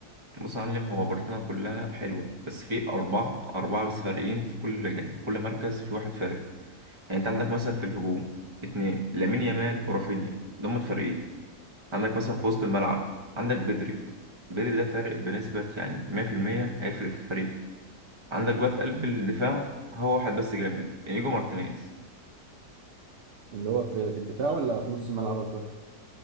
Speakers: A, on the right; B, on the right.
A: بص يا معلم هو برشلونه كلها حلوه بس في اربعه اربعه بس فارقين في كل جانب كل مركز في واحد فارق يعني انت عندك مثلا في الهجوم اتنين لامين يامال ورافينيا دول فريقين عندك مثلا في وسط الملعب عندك بدري بدري ده فارق بنسبة يعني 100% هيفرق في الفريق عندك بقى في قلب الدفاع هو واحد بس جامد انيجو مارتينيز
B: اللي هو في في الدفاع ولا في نص الملعب قصدك